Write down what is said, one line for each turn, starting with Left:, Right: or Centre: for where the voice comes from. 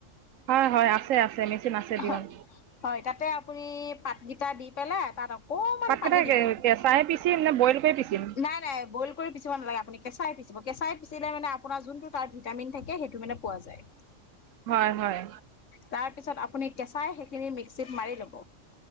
Right: হয় হয় আছে আছে মেচিন আছে দিয়ক
Left: হয় হয় তাতে আপুনি পাতকেইটা দি পেলাই তাত অকমান
Right: পাতকেইটা
Left: পানী দিব
Right: এ কেঁচাই পিচিম নে বইল কৰি পিচিম
Left: নাই নাই বইল কৰি পিচিব নালাগে আপুনি কেঁচাই পিচিব কেচাই পিচিলে মানে আপোনাৰ যোনটো তাৰ ভিটামিন থাকে সেইটো মানে পোৱা যায়
Right: হয় হয়
Left: তাৰপিছত আপুনি কেঁচাই সেইখিনি মিক্সিত মাৰি ল'ব